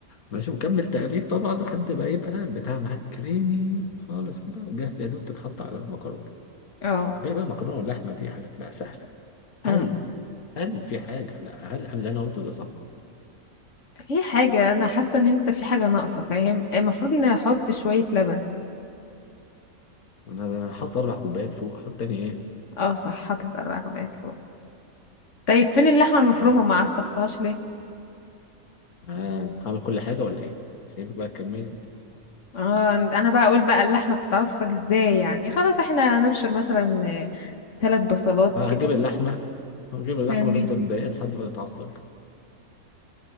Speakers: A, on the left (about 85°); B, on the left (about 55°).
A: ماشي وكمل تقليب طبعا لحد ما يبقى بتاع معاك كريمي خالص كده جاهز يا دوب تتحط على المكرونة
B: اه
A: الباقي بقى مكرونة واللحمة دي حاجات بقى سهلة
B: أمم.
A: هل هل في حاجة لا هل أنا اللي أنا قلته ده صح؟
B: في حاجة انا حاسة ان انت في حاجة ناقصة فاهم المفروض ان احط شوية لبن
A: أنا هحط أربع كوبايات فوق أحط تاني إيه؟
B: اه صح حطيت اربع كوبايات فوق طيب فين اللحمة المفرومة
A: يا
B: ما عصقتهاش
A: آه، هعمل كل حاجة ولا إيه؟ سيبك بقى تكملي أنت
B: اه انا بقى اقول بقى اللحمه بتتعصج ازاي يعني خلاص احنا نبشر مثلا ثلاث بصلات
A: آه،
B: كده
A: هجيب اللحمة هنجيب اللحمة
B: فاهمني
A: ونفضل نضايقها لحد ما تتعصب